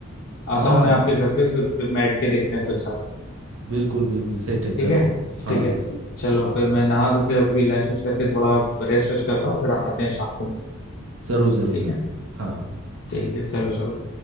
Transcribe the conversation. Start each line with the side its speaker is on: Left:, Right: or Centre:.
Left: आता
Right: हाँ
Left: हूँ
Right: हाँ
Left: मैं आपके घर पे फिर बैठ के देखते हैं फिर साथ
Right: बिल्कुल बिल्कुल सेट है चलो
Left: ठीक है
Right: हाँ
Left: ठीक ठीक है
Right: हाँ
Left: है
Right: हाँ
Left: चलो चलो हाँ फिर मैं नहा धो के अभी लंच वंच करके थोड़ा रेस्ट वेस्ट करता हूँ फिर आते हैं शाम को
Right: जरूर जरूर
Left: ठीक
Right: जरूर
Left: है
Right: हाँ हाँ
Left: ठीक है चलो चलो